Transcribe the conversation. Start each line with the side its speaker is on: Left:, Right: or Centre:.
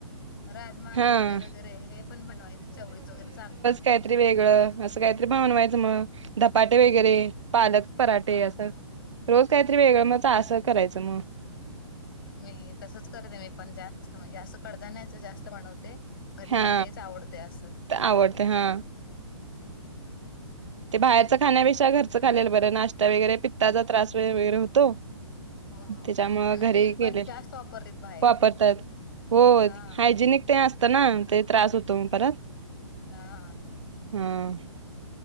Left: राजमा,
Right: हा
Left: छोले वगैरे हे पण बनवायच चवळीच वगैरे चालू.
Right: काईतरी वेगळं असं कायतरी बनवायचं मग धपाटे वगैरे पालक पराठे
Left: हा
Right: असं. रोज काही तरी वेगळं
Left: तेच
Right: मी चा असं करायचं म.
Left: मी तसच करते मी पण जास्त म्हणजे असं कडधान्याच जास्त बनवते. घरी
Right: हा
Left: पण तेच आवडतेय असं,
Right: ते आवडते हा
Left: हम्म.
Right: ते बाहेरचं खाण्यापेक्षा घरचं खाल्लेलं बरं नाश्ता वगैरे पित्ताचा त्रास व वगैरे होतो.
Left: हो
Right: त्याच्यामुंळं
Left: आणि
Right: घरी
Left: तेल पण
Right: केले
Left: जास्त वापरतेत बाहेर
Right: वापरतात. हो
Left: हा
Right: हायजेनिक ते असतं ना ते त्रास होतो म परत.
Left: हा.
Right: हा.